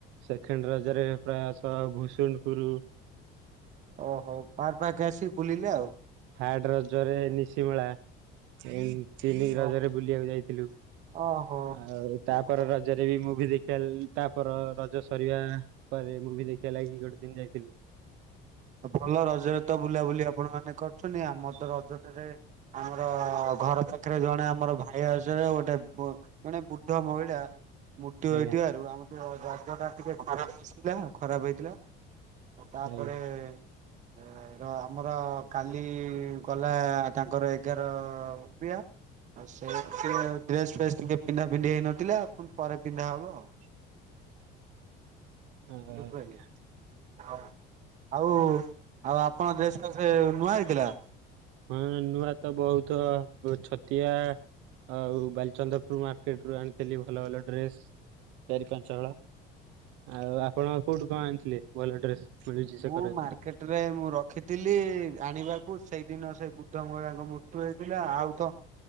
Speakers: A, on the right; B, on the right.
A: ସେଖେଣ୍ଡ ରଜରେ ପ୍ରାୟ ସ ଭୁସୁଣ୍ଡୁପୁରୁ
B: ଓହୋ ପାର୍କ ଫାର୍କ ଆସି ବୁଲିଲେ ଆଉ।
A: ଥାର୍ଡ ରଜରେ ନିଶିମେଳା। ଏହି ତିନି ରଜରେ
B: ଓ
A: ବୁଲିଆକୁ ଯାଇଥିଲୁ।
B: ଓହୋ
A: ଆଉ ତାପର
B: ଓହୋ।
A: ରଜରେ ବି ମୁଭି ଦେଖିଆ ତାପର ରଜ ସରିଆ ପରେ ମୁଭି ଦେଖିଆ ଲାଗି ଗୋଟେ ଦିନ ଯାଇଥିଲୁ।
B: ଭଲ ରଜରେ ତ ବୁଲାବୁଲି ଆପଣମାନେ କରୁଛନ୍ତି ଆମର ତ ରଜଟାରେ ଆମର ଘର ପାଖେରେ ଜଣେ ଆମର ଭାଇ ଆସରେ ଗୋଟେ ଜଣେ ବୁଢ ମହିଳା ମୃତ୍ୟୁ ହେଇଥିବାରୁ
A: ଆଜ୍ଞା
B: ଆମର ତ ରଜଟା ଟିକେ ଖରାପ ହେଇଥିଲା ଖରାପ ହେଇଥିଲା ତାପରେ
A: ଆଜ୍ଞା
B: ଏ ଏ ର ଆମର କାଲି ଗଲା ତାଙ୍କର ଏଗାର କ୍ରିୟା ଆଉ ସେଥିପାଇଁ ଡ୍ରେସ ଫ୍ରେସ୍ ଟିକେ ପିନ୍ଧା ପିନ୍ଧି ହେଇନଥିଲା ଫୁଣି ପରେ ପିନ୍ଧା ହବ ଆଉ।
A: ଆଜ୍ଞା
B: ବୁଝି ପାଇଲେ ଆଉ ଆଉ ଆଉ ଆପଣ ଡ୍ରେସ ଫ୍ରେଶ ନୂଆ ହେଇଥିଲା?
A: ହୁଁ ନୂଆ ତ ବହୁତ ଛତିଆ ଆଉ ବାଲିଚନ୍ଦ୍ରପୁର ମାର୍କେଟରୁ ଆଣିଥିଲି ଭଲ ଭଲ ଡ୍ରେସ ଚାରି ପାଞ୍ଚ ହଳ ଆଉ ଆପଣ କୋଉଠୁ କଣ ଆଣିଥିଲେ ଭଲ ଡ୍ରେସ୍? ମିଳୁଛି ସେ
B: ଭୁ
A: କରାରେ
B: ମାର୍କେଟ। ରେ ମୁଁ ରଖିଥିଲି ଆଣିବାକୁ ସେଇଦିନ ସେ ବୁଢ଼ ମହିଳାଙ୍କ ମୃତ୍ୟୁ ହେଇଥିଲା ଆଉ ତ